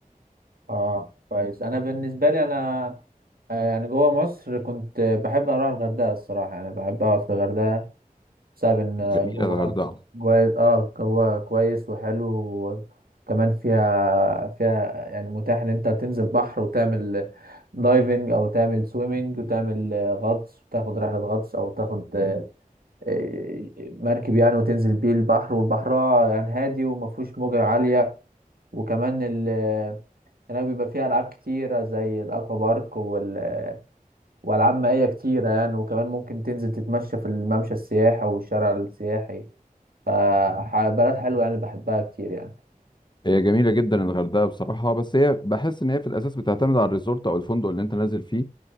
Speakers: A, on the right; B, on the left.
A: اه كويس انا بالنسبة لي انا آه، يعني جوه مصر كنت بحب اروح الغردقة الصراحة يعني بحب اقعد في الغردقة بسبب ان
B: جميله
A: جواها
B: الغردقه
A: جواها اه جواها كويس وحلو كمان فيها فيها يعني متاح ان انت تنزل بحر وتعمل دايفنج او تعمل سويمنج وتعمل آه، غطس وتاخد رحلة غطس او تاخد آه، آه، مركب يعني وتنزل بيه البحر والبحر يعني هادي وما فيهوش موجة عالية وكمان ال- آه، هناك بيبقى فيها العاب كتيرة زي الاكوا بارك وال والعاب مائية كتيرة يعني وكمان ممكن تنزل تتمشى في الممشى السياحي والشارع السياحي فبلد حلوة يعني بحبها كتير يعني
B: هي جميله جدا الغردقه بصراحه بس هي بحس ان هي في الاساس بتعتمد على الريزورت او الفندق اللي انت نازل فيه